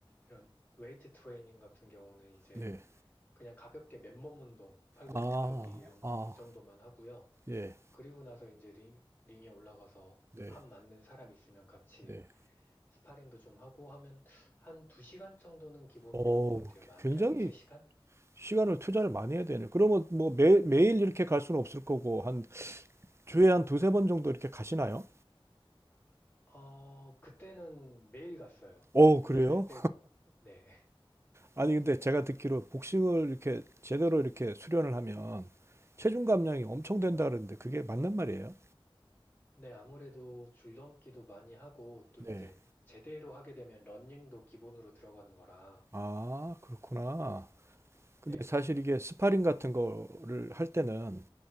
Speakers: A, on the left; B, on the right.
A: 이런 웨이트 트레이닝 같은 경우는 이제,
B: 네.
A: 그냥 가볍게 맨몸 운동, 팔굽혀펴기
B: 아,
A: 이런-
B: 아,
A: 이 정도만 하고요.
B: 예,
A: 그리고 나서 이제 링, 링에 올라가서
B: 네,
A: 한 맞는 사람 있으면 같이
B: 네.
A: 스파링도 좀 하고 하면 한 2시간 정도는 기본으로
B: 어,
A: 하는 것 같아요. 많게
B: 굉장히
A: 하면 3시간?
B: 시간을 투자를 많이 해야 되네. 그러면 뭐 매, 매일 이렇게 갈 수는 없을 거고, 한 주에 한 두세 번 정도 이렇게 가시나요?
A: 어, 그때는 매일 갔어요.
B: 어,
A: 일요일
B: 그래요?
A: 빼고. 네. <laughs>
B: 아니, 근데 제가 듣기로 복싱을 이렇게 제대로 이렇게 수련을 하면 체중 감량이 엄청 된다 그러는데 그게 맞는 말이에요?
A: 네, 아무래도 줄넘기도 많이 하고 또
B: 네.
A: 이제 제대로 하게 되면 러닝도 기본으로 들어가는 거라.
B: 아, 그렇구나. 근데
A: 네.
B: 사실 이게 스파링 같은 거를 할 때는